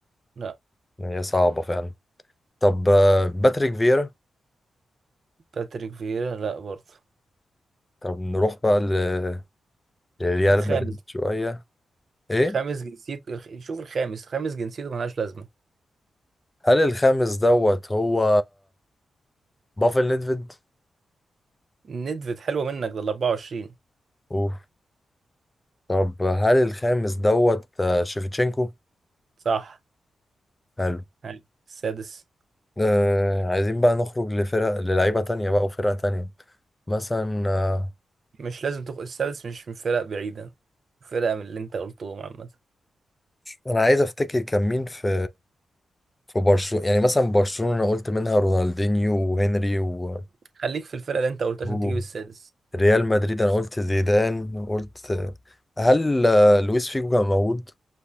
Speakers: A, on the right; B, on the left.
A: لا.
B: هي صعبة فعلا طب آه باتريك فيرا
A: باتريك فييرا لا برضه
B: طب نروح بقى ل- لريال
A: الخامس
B: مدريد شوية ايه
A: خامس جنسيته الخ- شوف الخامس خامس جنسيته ملهاش لازمة
B: هل الخامس دوت هو بافل ندفيد
A: ندفد حلوة منك ده ال 24
B: اوف طب هل الخامس دوت آه، شيفتشينكو
A: صح
B: حلو
A: يعني السادس
B: آه عايزين بقى نخرج لفرق للعيبة تانية بقى وفرق تانية مثلا آه
A: مش لازم تخ... السادس مش من فرق بعيدة فرقة من اللي انت قلتهم عامة
B: أنا عايز أفتكر كان مين في في برشلونة يعني مثلا برشلونة أنا قلت منها رونالدينيو وهنري و
A: خليك في الفرقة اللي انت قلتها
B: و-
A: عشان تجيب السادس
B: ريال مدريد أنا قلت زيدان قلت هل آه، لويس فيجو كان موجود؟